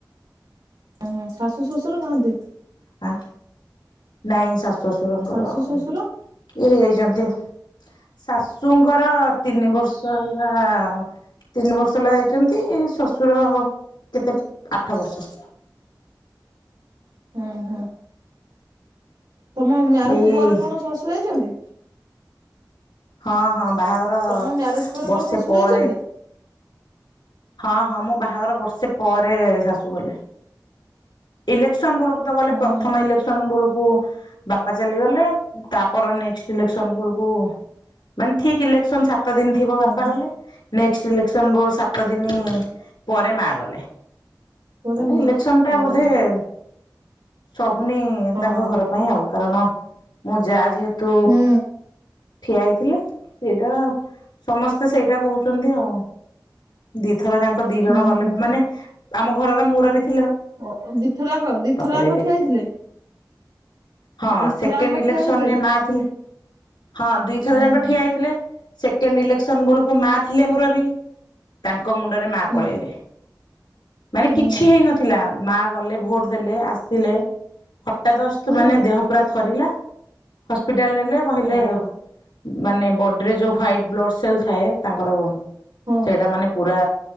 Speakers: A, on the right (about 85°); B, on the left (about 85°).
A: ଓହୋ ଶାଶୁ ଶ୍ୱଶୁର କାହନ୍ତି।
B: ଆ ନାଇଁ ସା ଶ୍ୱଶୁରଙ୍କର
A: ଶାଶୁ ଶ୍ୱଶୁର
B: ଇଏ ହେଇଯାଇଛନ୍ତି। ଶାଶୁଙ୍କର ତିନି ବର୍ଷ ହେଲା ତିନି ବର୍ଷ ହେଲା ଯାଇଛନ୍ତି ଶ୍ୱଶୁର କେତେ ଆଠ ବର୍ଷ।
A: ହୁଁ ହୁଁ। ତମ ମ୍ୟାରେଜ
B: ଏଇ
A: ପରେ କଣ ଶାଶୁ ଯାଇଛନ୍ତି।
B: ହଁ ହଁ। ବାହାଘର
A: ତମ ମ୍ୟାରେଜ ପରେ
B: ବର୍ଷେ
A: କଣ ଶାଶୁ
B: ପରେ
A: ଯାଇଛନ୍ତି?
B: ହଁ ହଁ ମୁଁ ବାହାଘର ବର୍ଷେ ପରେ ଶାଶୁ ଗଲେ। ଇଲେକ୍ସନ ବେଳକୁ ତ ଗଲେ
A: ହଁ
B: ପ୍ରଥମ ଇଲେକ୍ସନ ବଳୁ କୁ ବାପା ଚାଲିଗଲେ ତାପର ନେକ୍ସଟ ଇଲେକ୍ସନ ବଳକୁ ମାନେ ଠିକ ଇଲେ ଶନ ସାତ ସାତ ଦିନ ଥିବ ବାପା
A: ଓହୋ
B: ଗଲେ ନେକ୍ସଟ ଇଲେକ୍ସନ ବୋ ସାତ ଦିନ ପରେ ମା ଗଲେ।
A: ତୋର
B: ମାନେ
A: ମା
B: ଇଲେକ୍ସନ ଟା
A: ଓହୋ
B: ବୋଧେ। ସ ସହୁନି
A: ହଁ
B: ତାଙ୍କ ଘର ପାଇଁ ଆଉ କାରଣ। ମୁଁ ଯା ଯେହେତୁ
A: ହୁଁ
B: ଠିଆ ହେଇଥିଲେ। ସେଇଟା ସମସ୍ତେ ସେଇଟା କହୁଛନ୍ତି ଆଉ। ଦିଥର ଯାଙ୍କ ଦି ଜଣ
A: ହୁଁ
B: ଗଲେ
A: ହୁଁ
B: ମାନେ। ଆମ ଘରର ମୁରବି ଥି
A: ଓ ଦିଥରଆଙ୍କ ଦିଥରଆଙ୍କ
B: ପଳେଇଲେ।
A: ଠିଆ ହେଇଥିଲେ।
B: ହଁ
A: ଦିଥରାଙ୍କ
B: ସେକେଣ୍ଡ ଇଲେକ୍ସନରେ
A: ଠିଆ ହେଇଥିଲେ?
B: ମା ଥିଲେ। ହଁ ଦୁଇଥର
A: ଉଁ
B: ଯାଙ୍କ
A: ହୁଁ
B: ଠିଆ ହେଇଥିଲେ। ସେକେଣ୍ଡ ଇଲେ ସନ ବେଳକୁ ମା ଥିଲେ ମୋର। ବି ତା କ ମୁଣ୍ଡରେ ମା
A: ହୁଁ
B: ପଳେଇଲେ। ମାନେ
A: ହୁଁ
B: କିଛି ହେଇନଥିଲା ମା। ଗଲେ ଭୋଟ ଦେଲେ ଆସିଲେ। ହଠାଦସ୍ତ
A: ହୁଁ
B: ମାନେ ଦେହ ପୁରା ଥରିଲା। ହ ପିଟାଲ ନେଲେ କହିଲେ
A: ଓହୋ
B: ମାନେ ବଡି ରେ ଯୋଉ ହ୍ଵାଇଟ। ବ୍ଲଡ ସେଲ ଥାଏ ତାଙ୍କର।
A: ହଁ
B: ସେଇଟା ମାନେ ପୁରା।